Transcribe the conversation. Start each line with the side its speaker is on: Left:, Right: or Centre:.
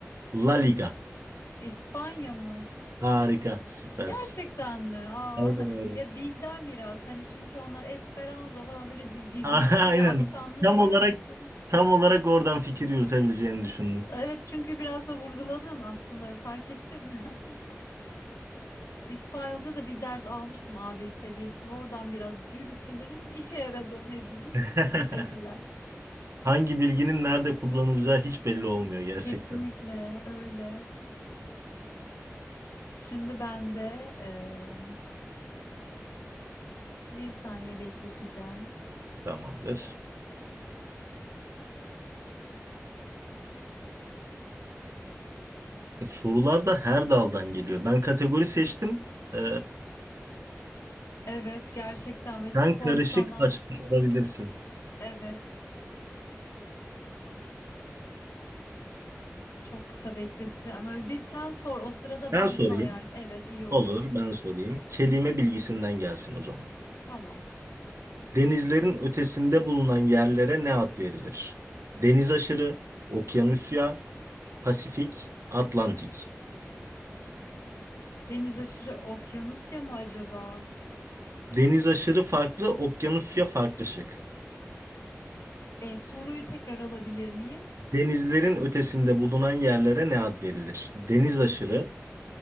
Right: La Liga.
Left: <laughs> İspanya mı?
Right: Harika, süpersin.
Left: Gerçekten mi? Aa,
Right: Aynen
Left: <laughs>
Right: öyle.
Left: ya dilden biraz hani çünkü onlar Esperanto falan böyle di- di-
Right: <laughs>
Left: dilleri
Right: Aynen.
Left: ve aksanları
Right: Tam
Left: var.
Right: olarak
Left: Hadi bir tane-
Right: tam olarak oradan fikir yürütebileceğini düşündüm.
Left: Evet çünkü biraz da vurguladın aslında fark ettim. <laughs> İspanyolca da bir ders almıştım A1 seviyesinde. Oradan biraz yürüteyim dedim. İşe yaradı ne diyeyim.
Right: <laughs>
Left: <laughs> Teşekkürler.
Right: Hangi bilginin nerede kullanılacağı hiç belli olmuyor gerçekten.
Left: Kesinlikle öyle. Şimdi ben de eee, bir saniye bekleteceğim.
Right: Tamamdır. E, Sorular da her daldan geliyor. Ben kategori seçtim. Ee,
Left: Evet gerçekten böyle spor
Right: sen karışık
Left: sanat.
Right: açmış olabilirsin.
Left: Evet çok kısa bekleteceğim. Ama bir sen sor o sırada
Right: Ben
Left: ben
Right: sorayım.
Left: bunu ayarlayayım. Evet iyi olur.
Right: Olur, ben sorayım. Kelime bilgisinden gelsin o zaman.
Left: Tamam.
Right: Denizlerin ötesinde bulunan yerlere ne ad verilir? Deniz aşırı, okyanusya, Pasifik, Atlantik.
Left: Deniz aşırı okyanusya mı acaba?
Right: Deniz aşırı farklı, okyanusya farklı şık.
Left: E, soruyu tekrar alabilir miyim?
Right: Denizlerin ötesinde bulunan yerlere ne ad verilir? Deniz aşırı,